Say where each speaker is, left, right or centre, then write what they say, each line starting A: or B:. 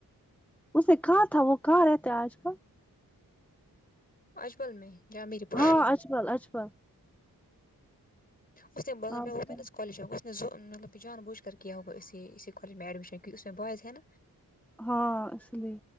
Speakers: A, in the centre; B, on the left.
A: اسے کہاں تھا وہ کہاں رہتے آج کل
B: اجبل میں جہاں میری پھوپھی
A: ہاں
B: ہے
A: اجبل اجبل
B: اس میں میں
A: ہاں اسے کہا
B: کالج ہو <unintelligible> مب کہہ جان بجھ کر کہ یہ ہ بٮ اسسی اسسیالج میں ایڈمشنون م میں بوزے ن
A: ہاں اسی لیے